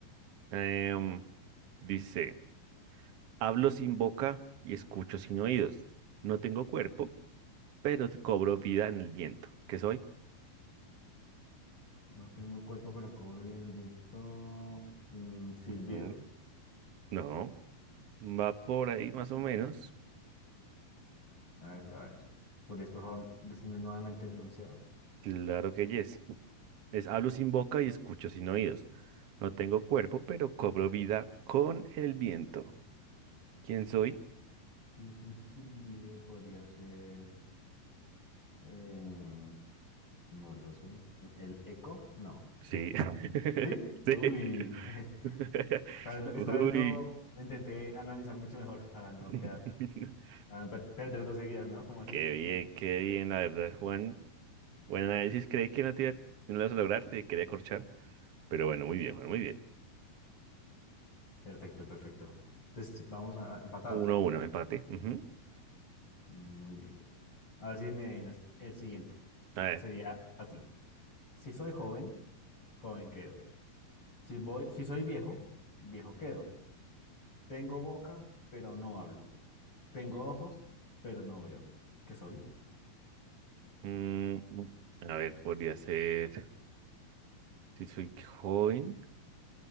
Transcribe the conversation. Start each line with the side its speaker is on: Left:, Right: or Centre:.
Right: em, dice, hablo sin boca y escucho sin oídos. No tengo cuerpo, pero te cobro vida en el viento. ¿Qué soy?
Left: No tengo cuerpo, pero cobro bien el viento. Un silbido.
Right: Ujú. No, va por ahí más o menos.
Left: A ver, a ver. ¿Podrías, por favor, decirme nuevamente el enunciado?
Right: Claro que yes. Es hablo sin boca y escucho sin oídos. No tengo cuerpo, pero cobro vida con el viento. ¿Quién soy?
Left: Si es un silbido, podría ser. em, no lo sé. ¿El eco? No.
Right: Sí. <laughs>
Left: ¿Sí?
Right: Sí.
Left: Uy. <laughs>
Right: <laughs>
Left: Esta vez, lo-
Right: Uy.
Left: esta vez lo, lo intenté analizar mucho mejor <laughs> para no
Right: <laughs>
Left: quedar. Para no per- perder dos seguidas, ¿no? Como así.
Right: Qué bien,
Left: <laughs>
Right: qué bien, la verdad, Juan. Buen análisis, creí que no te iba, no lo ibas a lograr, te quería corchar. Pero bueno, muy bien, Juan, muy bien.
Left: Perfecto, perfecto. Entonces, vamos a empatados.
Right: Uno, uno, empate. Ujú.
Left: Muy bien. A ver si me adivinas el siguiente.
Right: A ver.
Left: Sería así. Si soy joven, joven quedo. Si voy, si soy viejo, viejo quedo. Tengo boca, pero no hablo. Tengo ojos, pero no veo. ¿Qué soy?
Right: mm, a ver, podría ser. Si soy joven.